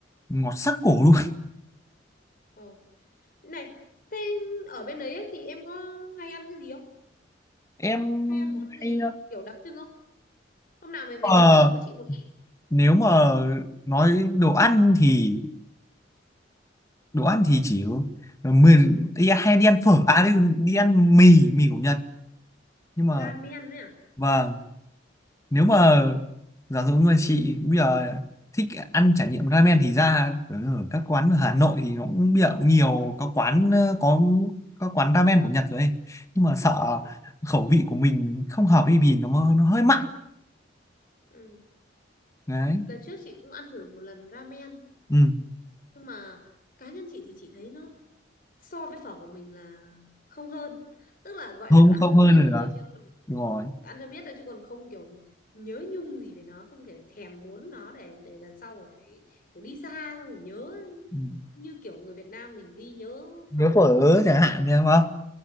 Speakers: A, on the left; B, on the left.
A: ngọt sắc cổ luôn
B: Ừ. Ờ. Này, thế ở bên đấy ấy, thì em có hay ăn cái gì không?
A: <laughs> em
B: Hay ăn món gì
A: hay
B: kiểu đặc trưng không? Hôm nào mày về
A: ờ,
B: mày cầm với chị một ít
A: nếu mà nói đồ ăn thì đồ ăn thì chỉ mình đi hay đi ăn phở à đi, đi ăn mì mì của Nhật nhưng mà
B: ramen ấy à?
A: vâng nếu mà
B: Ừ.
A: giả dụ như mà chị bây giờ thích ăn trải nghiệm ramen thì ra ở ở các quán ở Hà Nội thì nó cũng bây giờ cũng nhiều có quán ờ, có có quán ramen của Nhật rồi ấy. nhưng mà sợ
B: Ừ.
A: khẩu vị của mình không hợp ấy vì nó nó hơi mặn
B: ừ.
A: đấy
B: Lần trước chị cũng ăn thử một lần ramen
A: ừ.
B: nhưng mà cá nhân chị thì chị thấy nó so với phở của mình là không hơn. Tức là gọi
A: không
B: là ăn
A: không
B: cho
A: hơn
B: biết
A: rồi
B: thôi
A: đó
B: chứ còn
A: đúng rồi
B: ăn cho biết thôi chứ còn không kiểu nhớ nhung gì về nó, không kiểu thèm muốn nó để để lần sau mà phải kiểu đi xa xong rồi nhớ
A: ừ.
B: như kiểu người Việt Nam mình đi nhớ
A: nếu
B: phở
A: phở ớ
B: được.
A: chẳng hạn nha đúng không